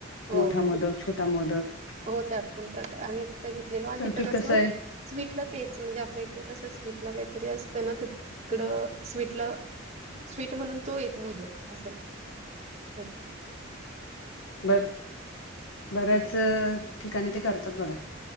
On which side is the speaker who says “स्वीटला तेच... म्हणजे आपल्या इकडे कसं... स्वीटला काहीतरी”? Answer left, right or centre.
Right